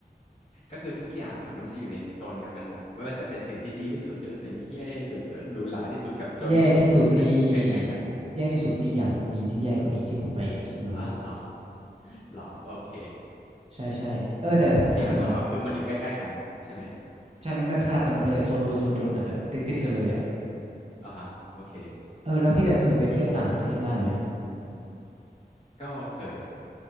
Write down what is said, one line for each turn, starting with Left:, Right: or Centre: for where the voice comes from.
Left: ก็คือทุกอย่างอ่ะมันจะอยู่ในโซนเดียวกันหมดไม่ว่าจะเป็นสิ่งที่ดีที่สุดหรือสิ่งที่แย่ที่สุดหรือหรูหราที่สุดกับจนที่สุดมันก็อยู่ใกล้ๆกัน
Right: แย่ที่สุดนี่แย่ที่สุดนี่ยังมีที่แย่กว่านี้ที่ผมไปอีกเมืองหนึ่ง
Left: อาวเหรอเหรอโอเค
Right: ใช่ใช่เออแต่ผมมาถามก่อน
Left: แต่ที่มันว้าวก็คือมันอยู่ใกล้ๆกันใช่ไหม
Right: ใช่มันแบบสลับกันไปเลยโซนรวยโซนจนอ่ะแบบติดติดกันเลยอ่ะ
Left: อ่าฮะโอเค
Right: เออแล้วพี่แบบเคยไปเที่ยวต่างประเทศบ้างไหม
Left: ก็เคยครับ